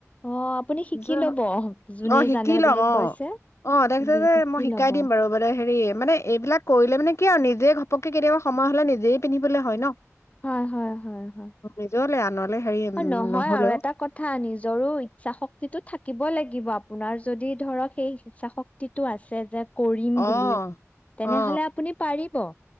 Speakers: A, on the left; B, on the left.
A: অ আপুনি শিকি
B: ছে।
A: লব
B: <unintelligible>
A: যোনে
B: অ' শিকি
A: জানে
B: লম,
A: বুলি কৈছে
B: অ'-অ' তাই কৈছে যে
A: শিকি
B: মই শিকাই
A: লব
B: দিম বাৰু মানে হেৰি, মানে এইবিলাক কৰিলে মানে কি আৰু নিজে ঘ পতকে কেতিয়াবা সময় হ'লে নিজেই পিন্ধিবলৈ হয় ন?
A: হয়-হয়-হয়-হয়।
B: <unintelligible> উম
A: অ নহয়
B: নহলেও
A: আৰু এটা কথা নিজৰো ইচ্ছা শক্তিটো থাকিব লাগি লাগিব, আপোনাৰ যদি ধৰক সেই ইচ্ছা শক্তিটো আছে যে কৰিম
B: অ
A: বুলি তেনেহ'লে
B: অ
A: আপুনি পাৰিব